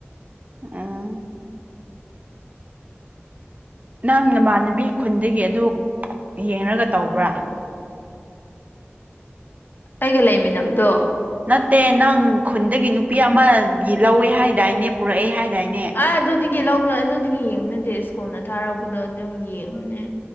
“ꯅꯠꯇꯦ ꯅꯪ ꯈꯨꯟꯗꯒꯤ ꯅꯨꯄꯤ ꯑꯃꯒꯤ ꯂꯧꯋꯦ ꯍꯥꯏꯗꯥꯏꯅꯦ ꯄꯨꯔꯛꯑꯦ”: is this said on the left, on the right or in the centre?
Right